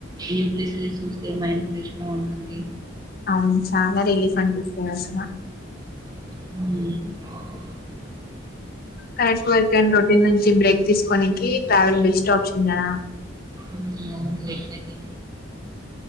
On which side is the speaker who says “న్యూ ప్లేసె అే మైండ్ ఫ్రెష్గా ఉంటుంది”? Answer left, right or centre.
Right